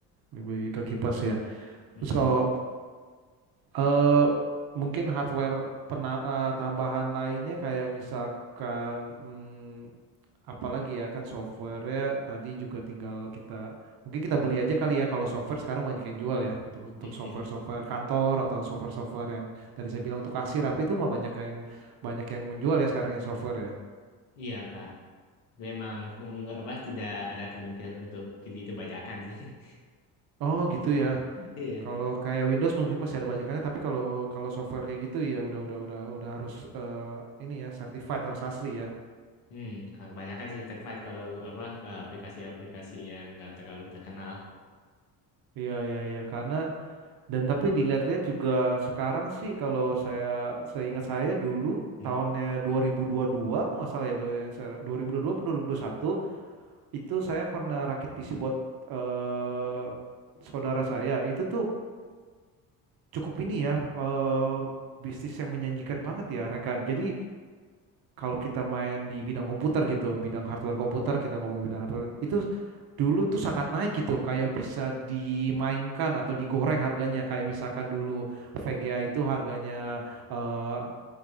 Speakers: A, on the right; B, on the left.
A: lebih ke kipas ya.
B: Mm-mm.
A: Terus kalau eh, mungkin hardware pena- eh, tambahan lainnya kayak misalkan hmm, apalagi ya kan software ya tadi juga tinggal kita mungkin kita beli aja kali ya kalau software sekarang banyak yang jual ya untuk untuk
B: Mm-mm.
A: software-software kantor atau software-software yang tadi saya bilang untuk kasir apa itu mah banyak yang banyak yang menjual ya sekarang ya software ya.
B: Iya kak, tapi emang kemung- apa tidak ada kemungkinan untuk jadi kebajakan sih. <laughs>
A: Oh gitu ya.
B: Iya
A: Kalau
B: kak.
A: kayak Windows mungkin masih ada bajakannya, tapi kalau kalau software kayak gitu ya udah udah udah udah harus eh, ini ya certified harus asli ya.
B: Hmm, kalau kebanyakan sih certified kalau apa eh, aplikasi-aplikasi yang nggak terlalu terkenal.
A: Iya iya iya karena dan tapi dilihat-lihat juga sekarang sih kalau saya seingat saya dulu
B: Hmm?
A: tahunnya 2022 aku nggak salah ya do- yang saya 2022 atau 2021 itu saya pernah rakit PC buat eh, saudara saya itu tuh cukup ini ya eh, bisnis yang menjanjikan banget ya Reka. Jadi kalau kita main di bidang komputer gitu, bidang hardware komputer, kita ngomong bidang hardware, itu dulu tuh sangat naik gitu, kayak bisa dimainkan atau digoreng harganya. Kayak misalkan dulu VGA itu harganya eh,